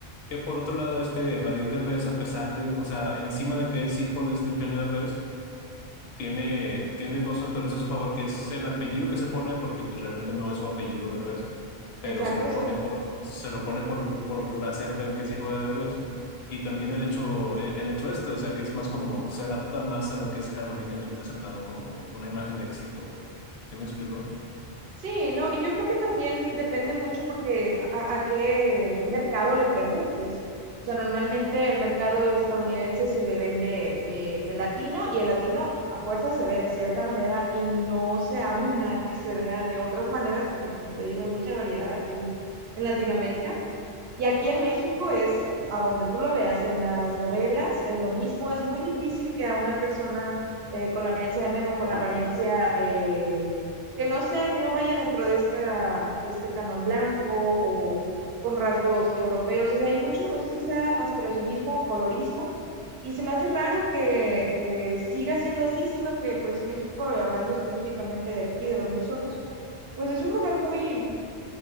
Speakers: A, on the left (about 70°); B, on the right (about 70°).
A: Que por otro lado, este Badir Derbez, a pesar de, o sea, encima de que es hijo de este Eugenio Derbez, tiene, tiene dos factores a su favor, que es el apellido que se pone, porque pues realmente no es su apellido Derbez, pero
B: Exacto,
A: se lo
B: sí.
A: pone por, se lo pone por, por hacer ver que es hijo de Derbez. Y también el hecho, el, el hecho este, o sea, que es más como, se adapta más a lo que es canónicamente aceptado como una imagen de éxito. ¿Sí me explico?
B: Sí, no, y yo creo que también depende mucho porque a, a qué mercado le preguntes. O sea, normalmente el mercado estadounidense se le vende eh, el latino y el latino a fuerza se ve de cierta manera y no se abre <laughs> nada que se vea de otras maneras porque como te digo hay mucha variedad aquí en Latinoamérica. Y aquí en México es a donde tú lo veas, en las novelas es lo mismo, es muy difícil que a una persona eh, con la apariencia de Memo, con la apariencia eh, que no sea, que no vaya dentro de, esta, de este canon blanco o con rasgos europeos. O sea, hay mucho, no sé si sea aspiracionismo o colorismo, y se me hace raro que eh, siga siendo así, siendo que pues México, hablando específicamente de aquí, de donde somos, pues es un lugar muy,